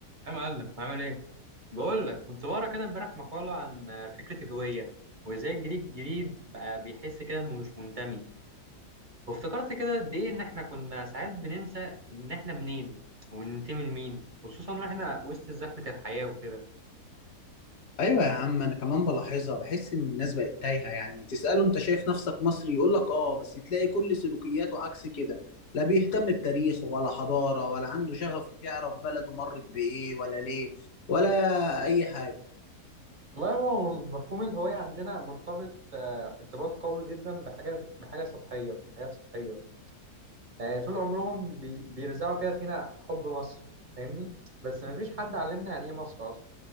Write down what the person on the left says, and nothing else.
ايوه يا عم انا كمان بلاحظها بحس ان الناس بقت تايهه يعني تساله انت شايف نفسك مصري يقول لك اه بس تلاقي كل سلوكياته عكس كده لا بيهتم بتاريخ ولا حضاره ولا عنده شغف يعرف بلده مرت بايه ولا ليه ولا اي حاجه